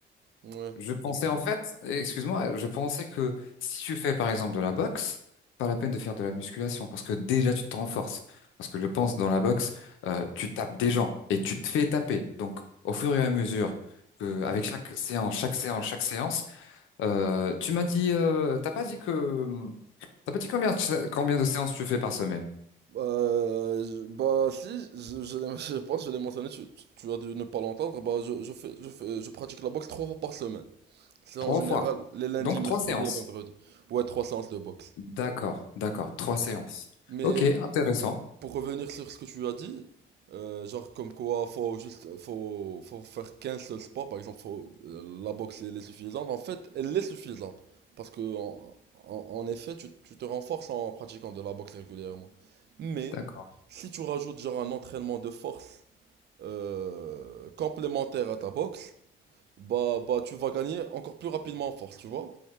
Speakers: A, on the right (about 55°); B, on the left (about 80°).
A: Ouais,
B: je pensais
A: dis-moi.
B: en fait, excuse-moi, je pensais que si tu fais par exemple de la boxe, pas la peine de faire de la musculation parce que déjà tu te renforces. Parce que je pense dans la boxe, euh, tu tapes des gens et tu te fais taper. Donc au fur et à mesure que, avec chaque séance, chaque séance, chaque séance Euh, tu m'as dit, euh, t'as pas dit que, t'as pas dit combien, de- combien de séances tu fais par semaine?
A: Euh, je- bah si, je, je, l'ai- <laughs> je pense que je l'ai mentionné, tu, tu- tu as dû ne pas l'entendre, bah je, je fais, je fais, je pratique la boxe trois fois par semaine. C'est
B: Trois
A: en général
B: fois.
A: les lundis,
B: Donc
A: mercredis
B: trois séances.
A: et vendredis. Ouais, trois séances de boxe.
B: D'accord, d'accord, trois séances.
A: Mais
B: Ok, intéressant.
A: pour revenir sur ce que tu as dit, euh, genre comme quoi faut juste faut, faut faire qu'un seul sport, par exemple faut, euh, la boxe elle est suffisante, en fait elle est suffisante. Parce que en, en- en effet tu, tu te renforces en pratiquant de la boxe régulièrement. Mais
B: D'accord,
A: si tu rajoutes genre un entraînement de force euh, complémentaire à ta boxe, bah, bah tu vas gagner encore plus rapidement en force, tu vois?